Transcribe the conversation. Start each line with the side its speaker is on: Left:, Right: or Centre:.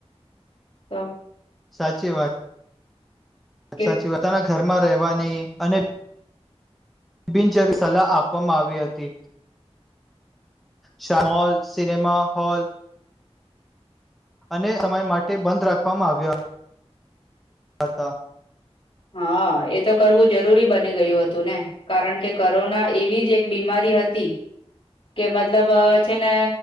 Left: તો.
Centre: સાચી વાત.
Left: કે
Centre: સાચી વાત, <unintelligible> ઘર માં રેહવાની અને બિનચરી સલાહ આપવામાં આવી હતી. <inaudible> શમૉલ, સિનેમાહૉલ અને સમય માટે બંધ રાખવામાં આવ્યો હતા.
Left: હા, એ તો કરવું જરૂરી બની ગયું હતું ને, કારણ કે કરોના એવી જ એક બીમારી હતી, કે મતલબ છે ને